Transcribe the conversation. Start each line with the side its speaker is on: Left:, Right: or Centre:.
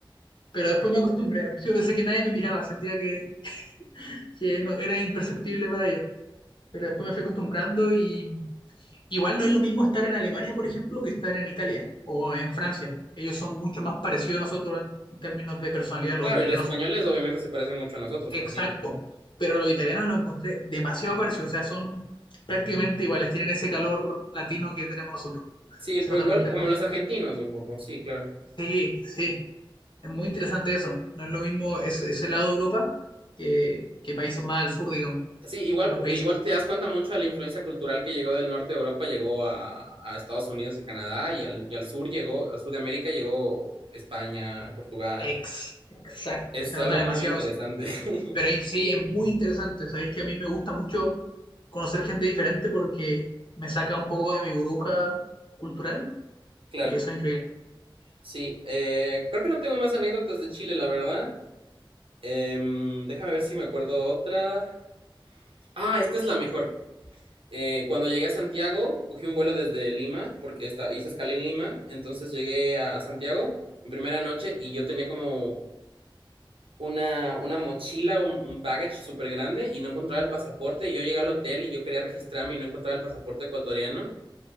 Left: pero después me acostumbré. Al principio pensé que nadie me miraba, sentía que, que no, era imperceptible para ellos. Pero después me fui acostumbrando y igual no es lo mismo estar en Alemania, por ejemplo, que estar en Italia o en Francia. Ellos son mucho más parecidos a nosotros en términos de personalidad. Los
Right: Claro,
Left: italianos
Right: y los españoles
Left: son
Right: obviamente se parecen mucho a nosotros
Left: Exacto,
Right: también.
Left: pero los italianos lo encontré demasiado parecido, o sea, son prácticamente iguales, tienen ese calor latino que tenemos nosotros.
Right: Sí,
Left: Se
Right: pues
Left: nota
Right: igual
Left: mucho
Right: como
Left: la...
Right: los argentinos un poco, sí, claro.
Left: Sí, sí, es muy interesante eso. No es lo mismo ese, ese lado de Europa que, que países más al sur, digamos,
Right: Sí, igual,
Left: en los países...
Right: igual te das cuenta mucho de la influencia cultural que llegó del norte de Europa, llegó a, a Estados Unidos y Canadá, y al, y al sur llegó, al sur de América llegó España, Portugal.
Left: Ex, exacto,
Right: Es
Left: se
Right: algo
Left: nota demasiado
Right: muy interesante.
Left: eso.
Right: <laughs>
Left: Pero y- sí, es muy interesante, sabéis que a mí me gusta mucho conocer gente diferente porque me saca un poco de mi burbuja cultural
Right: Claro,
Left: y eso es increíble.
Right: sí. eh, creo que no tengo más anécdotas de Chile, la verdad. Em, déjame ver si me acuerdo otra. Ah, esta es la mejor. Eh, cuando llegué a Santiago, cogí un vuelo desde Lima, porque esta- hice escala en Lima, entonces llegué a Santiago mi primera noche y yo tenía como una, una mochila, un, un baggage súper grande y no encontraba el pasaporte. Y yo llegué al hotel y yo quería registrarme y no encontraba el pasaporte ecuatoriano.